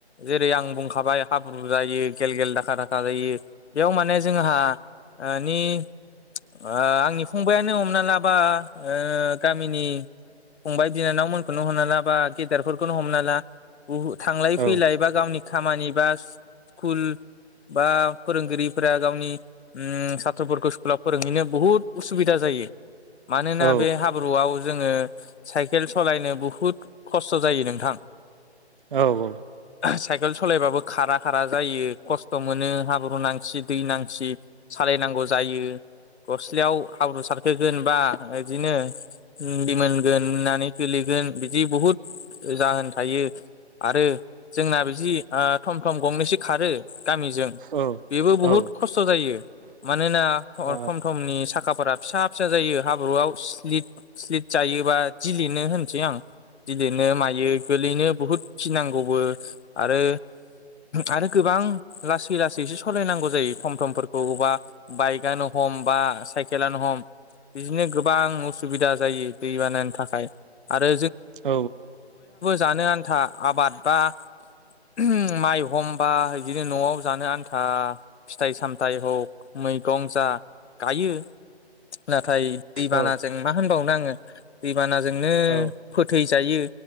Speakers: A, on the left (about 75°); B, on the right (about 50°).
A: जेरै आं बुंखाबाय हाब्रु जायो गेल गेल दाखा-दाखा जायो बेयाव माने जोंहानि आंनि फंबायानो हमना लाबा गामिनि फंबाय बिनानावमोनखोनो हमना ला बा गेदेरफोरखौनो हमना ला थांलाय
B: औ
A: फैलाय बा गावनि खामानि बा स्कुल बा फोरोंगिरिफोरा गावनि ओम साथ्रफोरखौ स्कुलाव फोरोंहैनो बुहुद उसुबिदा जायो फैयो मानोना
B: औ
A: बे हाब्रुआव जोङो साइकेल सालायनो बुहुत खस्थ जायो नोंथां
B: औ-औ
A: साइकेल सलायबाबो खारा खारा जायो खस्थ मोनो हाब्रु नांसि दै नांसि सालायनांगौ जायो गस्लायाव हाब्रु सारखोगोनबा बिदिनो बि मोनगोन होननानै गोलैगोन बिदि बुहुत जाहोन थायो आरो जोंना बिदि थम थम गंनैस खारो गामिजों
B: औ
A: बेबो बुहुद
B: औ ओ
A: खस्थ जायो मानोना
B: औ
A: थम थमनि साखाफोरा फिसा फिसा जायो हाब्रुआव स्लिट स्लिट जायोबा दिलिनो होनसै आं गिदिरनो मायो गोलैनो बुहुद गिनांगौबो आरो आरो गोबां लासै लासैसो सलायनांगौ जायो थम थमफोरखौबा बाइकआनो हम बा साइके केलानो हम बिदिनो गोबां उसुबिदा जायो दै बानायनो थाखाय। आरो
B: औ
A: जानो आन्था आबाद बा <inaudible> माइ एखमबा बिदिनो न'आव जानो आन्था फिथाइ सामथाइ हग मैगं जा गायो। नाथाय दैबानाजों
B: औ
A: मा होनबावनो आङो दैबानाजोंनो
B: औ
A: फोथैजायो